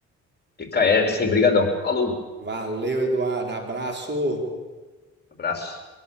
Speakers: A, on the left; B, on the right.
A: TKS, hein? Brigadão. Falou.
B: Valeu, Eduardo. Abraço.
A: Abraço.